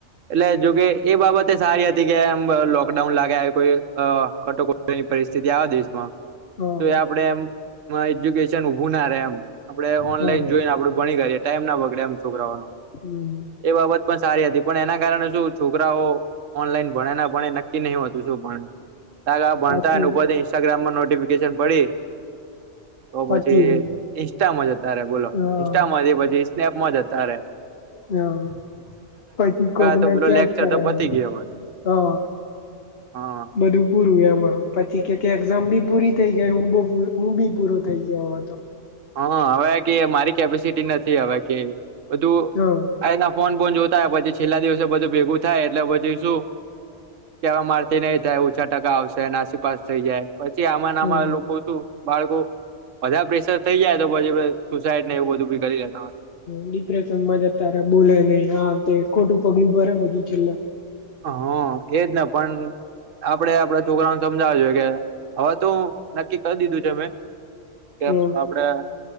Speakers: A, on the right; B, on the left.
A: એટલે જોકે એ બાબતે સારી હતી કે, આમ લોકડાઉન લાગ્યા કોઈ કટોકટી ની પરિસ્થિતિ આવા દેશમાં
B: હા
A: તો એ આપડે એમ એજ્યુકેશન ઉભું ના રહેે, એમ. આપડે ઓનલાઈન
B: હા
A: જોઈને આપડું ભણી કરીએ ટાઈમ ના બગડે એમ. છોકરાઓનો
B: હમ
A: એ બાબત પણ સારી હતી. પણ એના કારણે શું છોકરાઓ ઓનલાઈન ભણે ના ભણે નક્કી નહી હોતું, જોપણ. તાગા ભણતા
B: પાછી
A: લોકોની ઇન્સ્ટાગ્રામ માં નોટિફિકેશન પડી તો
B: પતી
A: પછી
B: ગયું.
A: ઇન્સ્ટામાં જતા રહે બોલો,
B: હા
A: ઇન્સ્ટામાંથી પછી સ્નેપમાં જતાારે.
B: હા પછી કોકને
A: તો પેલો
B: ચેટ
A: લેક્ચર
B: કર્યા,
A: તો પતી ગયો હવે
B: હઅ
A: હા
B: બધું પૂરું એમાં પછી કે કે એક્ઝામ બી પૂરી થઈ ગઈ હું બવઉ હું બી પૂરો થઈ ગયો હતો.
A: હા હવે કે મારી કેપેસિટી નથી હવે કે બધું
B: હા
A: આ એના ફોન બોન જોતા પછી છેલ્લા દિવસે બધું ભેગું થાય એટલે પછી શું કે હવે મારથી નહી થાય, ઓછા ટકા આવશે અને નાસી પાાસ થઇ જાય. પછી આમાં નામાં
B: હા
A: લોકો શુ, બાળકો બધા પ્રેશર થઈ તો પછી સુસાઈડ ને એવ બધુ બી કરી લે.
B: ડિપ્રેશનમાં જતારે બોલે નઈ, હા તે ખોટું પગલું ભરે પછી છેલ્લા.
A: હઅ એજ ને પણ આપડે આપડા છોકરાું સમજાવે જોએ કે હવે, તો નક્કી કરી દીધું છે મેં કે
B: હા
A: આપડે